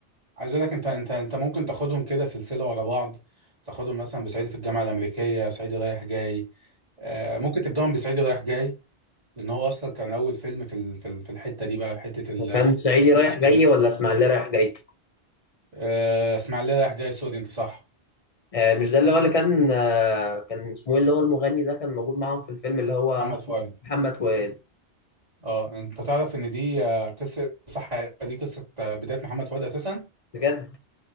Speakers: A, on the right (about 35°); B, on the left (about 40°).
A: عايز اقول لك انت انت انت ممكن تاخدهم كده سلسله ورا بعض تاخدهم مثلا بصعيدي في الجامعه الامريكيه صعيدي رايح جاي آه، ممكن تبداهم بصعيدي رايح جاي لان هو اصلا كان اول فيلم في ال- في ال- في الحته دي بقى في حته ال
B: كان صعيدي رايح جاي
A: دي
B: ولا اسماعيليه رايح جاي
A: آه، اسماعيليه رايح جاي سوري انت صح
B: آه، مش ده اللي هو اللي كان آه، كان اسمه ايه اللي هو المغني ده كان موجود معاهم في الفيلم اللي هو
A: محمد فؤاد
B: محمد فؤاد
A: اه انت تعرف ان دي آه، قصه صح دي قصه آه، بدايه محمد فؤاد اساسا
B: بجد